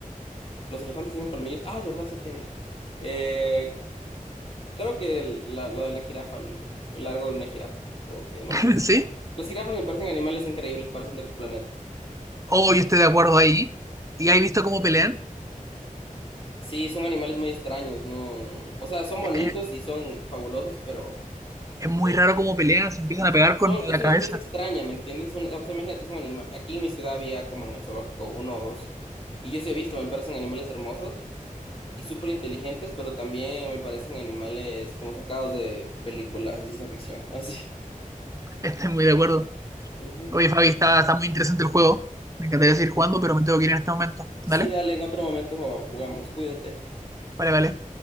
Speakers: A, on the left; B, on the right.
A: Los elefantes tienen colmillos. Ah, es verdad, sí tienen. Eh, creo que el- la- lo de la jirafa, el, el largo de una jirafa, porque no
B: <laughs>
A: sé.
B: ¿sí?
A: Las jirafas me parecen animales increíbles, parecen de otro planeta.
B: O yo estoy de acuerdo ahí. ¿Y has visto cómo pelean?
A: Sí, son animales muy extraños, ¿no? O sea, son bonitos
B: Eh,
A: y son fabulosos, pero
B: es muy
A: eh,
B: raro cómo pelean, se empiezan
A: so-
B: a pegar con
A: son,
B: la
A: es una
B: cabeza.
A: especie extraña, ¿me entiendes? Son- o sea, imagínate, es un anima- Aquí en mi ciudad había como en el zoológico uno o dos, y yo sí he visto, me parecen animales hermosos y súper inteligentes, pero también me parecen animales como sacados de películas de ciencia ficción, <laughs> así.
B: <laughs> Estoy muy de acuerdo.
A: Ujú.
B: Oye, Fabi, está, está muy interesante el juego. Me encantaría seguir jugando, pero me tengo que ir en este momento.
A: Sí,
B: ¿Dale?
A: dale, en otro momento jugamos, cuídate.
B: Vale, vale.